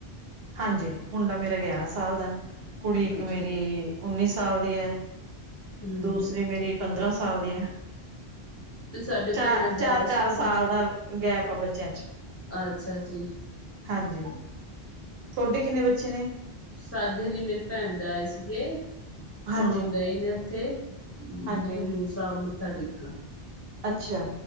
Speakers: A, on the right; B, on the left.
A: ਹਾਂਜੀ ਮੁੰਡਾ ਮੇਰਾ ਗਿਆਰਾਂ ਸਾਲ ਦਾ ਏ ਕੁੜੀ ਇੱਕ
B: ਅੱਛਾ
A: ਮੇਰੀ ਉੱਨੀ ਸਾ ਸਾਲ ਦੀ ਐ,
B: ਹਮ
A: ਦੂਸਰੀ
B: ਹਮ
A: ਮੇਰੀ ਪੰਦਰਾਂ ਸਾਲ ਦੀ ਐ।
B: ਤੇ ਸਾਡੇ
A: ਚਾ
B: ਭੈਣਾਂ ਦੇ
A: ਚਾਰ-ਚਾਰ
B: ਆਏ ਸੀਗੇ
A: ਸਾਲ ਦਾ ਗੈਪ ਆ ਬੱਚਿਆਂ ਚ।
B: ਅੱਛਾ ਜੀ।
A: ਹਾਂਜੀ ਤੁਹਾਡੇ ਕਿੰਨੇ ਬੱਚੇ ਨੇ?
B: ਸਾਡੇ ਨੀ, ਮੇਰੀ ਭੈਣ ਦੇ ਆਏ ਸੀਗੇ,
A: ਹਾਂਜੀ
B: ਹੁਣ ਉਹ ਗਏ ਨੇ ਉੱਥੇ ਹੂ
A: ਹਾਂਜੀ
B: ਹਜ਼ੂਰ ਸਾਹਿਬ ਮੱਥਾ ਟੇਕਣ।
A: ਅੱਛਾ।